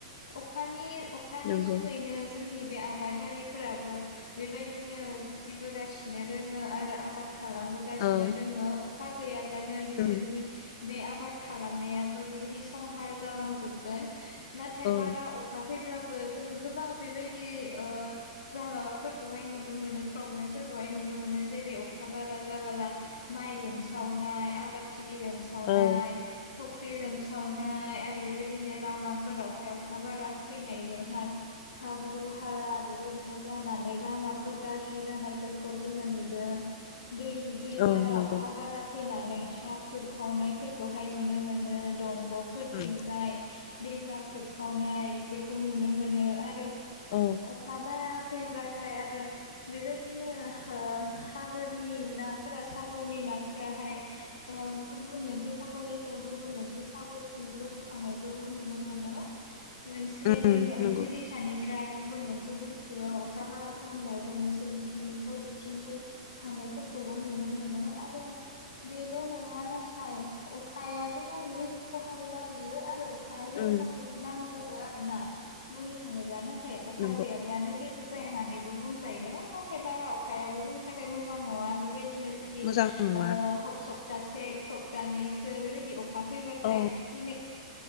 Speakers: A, on the left (about 85°); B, on the left (about 55°).
A: अखानि अखानि
B: नंगौ
A: जुनैनो जों जोंनि बे आबादारिफोराबो बेबायदिनो जुजिबोगासिनो दोङो आरो आबाद खालामबोगासिनो
B: औ
A: दोङो अखा गैयाब्लानो बिसोरनि
B: उम
A: बे आबाद खालामनाया बेबायदि संहार जालांजोबगोन नाथाय
B: औ
A: बारा अखा फैब्लाबो जों गोबां बेबायदि ओ जा माबाफोरखौहाय नुनो मोनो प्रब्लेमफोरखौहाय नुनो मोनो जेरै अखा बारा जाबोला माइ लोमसावनाय आबाद फुख्रि लोमसावनाय
B: औ
A: फुख्रि लोमसावनाय आरो बेबायदिनो लामाफोरावहाय अखा बारा फैनायजोंहाय हाब्रु हाला बेबायदिनो जानानै लामाफोर गाज्रि जानायफोरखौ जोङो नुदों दै दै
B: औ
A: बारा
B: नंगौ
A: अखा बारा फैनानै <unintelligible> हा खुरखावनायफोरखौहाय नुनो मोनो दंग'फोरथिंजाय
B: औ
A: दैमा खुरखावनाय बेफोरखौ नुनो मोनो आरो
B: औ
A: अखा बारा फैब्लाथाय आरो बेबायदिनो ओ सागोरनि नाफोरा सागरनि नाफोराहाय ओ गुबुन मोनसे सागरनिफ्राय गुबुन मोनसे सागरसिम बेबायदि थांनायखौबो नुनो मोनो मोनसे
B: उम
A: दैमा मोनसे
B: नंगौ
A: दैसानिफ्राय गुबुन मोनसे दै बेयाव अखा बारा खमिनायजोंसो बिथिंनिफ्राय बिथिंहाय थांनायफोरखौबो नुनो मोनो आरो बेल' नङा नाथाय अखाया गोबां बेबायदि खहाबो लाबोयो आरो अखाया जोंनि
B: उम
A: थाखायब्ला खौबो आरोना बुंनो थाङोब्लानो नाथाय अखा
B: नंगौ
A: गैयाब्लानो जेबो जाया होननानैबो बुंजायो नाथाय बारा अखायाबो जोंनि थाखाय मोजां नङा। बेबायदिनो जुदि
B: मोजां नङा
A: ओ ह सप्तासे दा नैसो बेबायदि
B: औ
A: <unintelligible> <unintelligible> दै